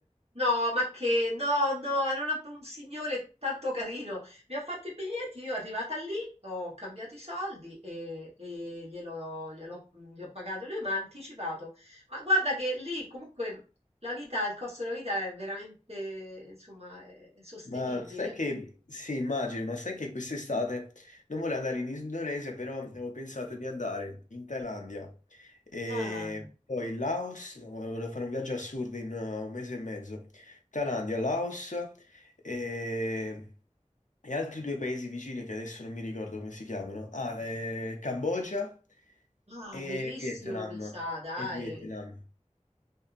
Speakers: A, on the right (about 55°); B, on the left (about 80°).
A: No, ma che? No, no, era una- un signore tanto carino. Mi ha fatto i biglietti, io arrivata lì, ho cambiato i soldi e, e gliel'ho, gliel'ho- gli ho pagato, lui mi ha anticipato. Ma guarda che lì comunque la vita, il costo della vita è veramente, insomma, è- è sostenibile.
B: Ma sai che, sì, immagino, ma sai che quest'estate non volevo andare in Indonesia, però avevo pensato di andare in Thailandia e
A: Ah,
B: poi Laos, volevo fare un viaggio assurdo in uh, un mese e mezzo, Thailandia, Laos e, e altri due paesi vicini che adesso non mi ricordo come si chiamano, ah, eh, Cambogia
A: ah,
B: e
A: bellissimo,
B: Vietnam,
A: mi sa, dai.
B: e Vietnam,